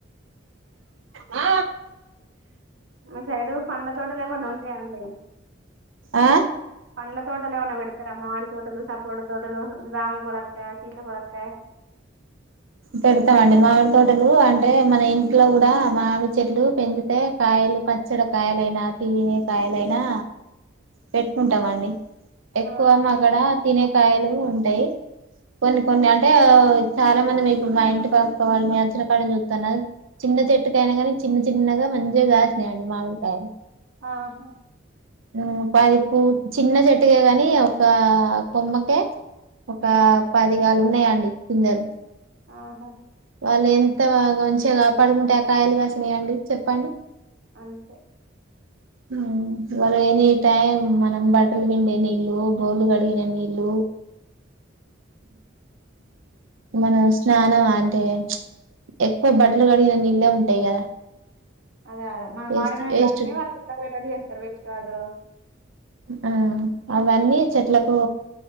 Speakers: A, on the right; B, on the right.
A: ఆ
B: ఆ సైడ్ పండ్ల తోటలే ఏమన్నా ఉంటాయాండి
A: ఆ
B: పండ్ల తోటలు ఏమైన్నా పెడతారామ్ మాడి తోటలు సబ్గూడ తోటలు రామ పొలక్క సీత పొలక్క
A: పెడతామండి మామిడి తోటలు అంటే మన ఇంట్లో కూడా మామిడి చెట్లు పెంచితే కాయలు పచ్చడి కాయలైనా తియిన కాయలైనా పెట్టుకుంటాం అండి ఎక్కువ
B: ఆహా
A: మా అక్కడ తినేకాయలు ఉంటాయి కొన్ని కొన్ని అంటే చాలా మంది ఇప్పుడు మా ఇంటి పక్క వాళ్ళు మీ అచ్చిన క్కడ చూస్తున్నా చిన్న చెట్టుకాయనా కానీ చిన్న చిన్నగా మంచిగాసినయండి మామిడికాయలు
B: ఆహా
A: ఉమ్ అది చి చిన్న చెట్టుకే గాని ఒక కొమ్మకే ఒక
B: ఉమ్,
A: పదివాల్ ఉన్నాయాండి పిండాల్
B: ఆహా
A: వాళ్ళు ఎంతగా మంచిగా కాపాడుకుంటే ఆ కాయలుగాసినయంండి చెప్పండి
B: అంతే
A: ఉమ్ వారి ఎని టిమ్ మనం బట్టలు పిండే నీళ్ళ బోలు కడిగిన నీళ్ళు మనం స్నానం అంటే ఎక్కువ బట్టలు కడిగిన నీళ్ళే ఉంటాయి కదా
B: అదే అదే మనం
A: వేస్ట్
B: వాడిన ఇలా
A: వేస్ట్
B: వా ఇట్లాటడి చేస్తారు వేస్ట్ చాడు
A: ఆ అ ఇవన్నీ చెట్లకు